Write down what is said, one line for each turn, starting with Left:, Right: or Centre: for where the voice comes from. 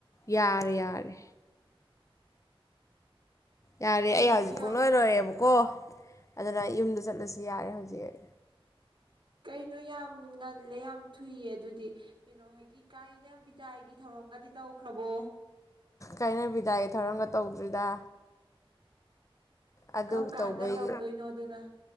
Left: ꯌꯥꯔꯦ ꯌꯥꯔꯦ ꯌꯥꯔꯦ
Right: ꯀꯩꯅꯣ
Left: ꯑꯩ ꯍꯧꯖꯤꯛ
Right: ꯌꯥꯝ
Left: ꯄꯨꯡ ꯂꯣꯏꯔꯣꯏꯦꯕꯀꯣ ꯑꯗꯨꯅ ꯌꯨꯝꯗ ꯆꯠꯂꯁꯨ ꯌꯥꯔꯦ ꯍꯧꯖꯤꯛ
Right: ꯀꯩꯅꯣ ꯌꯥꯝ ꯉꯜꯂꯦ ꯌꯥꯝ ꯊꯨꯏꯌꯦ ꯑꯗꯨꯗꯤ ꯀꯩꯅꯣ ꯍꯥꯏꯒꯤ ꯀꯥꯏꯅ ꯕꯤꯗꯥꯏꯒꯤ ꯊꯧꯔꯝꯒꯗꯤ ꯇꯧꯈ꯭ꯔꯕꯣ
Left: ꯀꯥꯏꯅꯕꯤꯗꯥꯏ ꯑꯦ ꯊꯧꯔꯝꯒ ꯇꯧꯗ꯭ꯔꯤꯗ ꯑꯗꯨ
Right: ꯀꯔꯝ ꯀꯥꯟꯗ
Left: ꯇꯧꯕꯩ
Right: ꯇꯧꯗꯣꯏꯅꯣ ꯑꯗꯨꯅ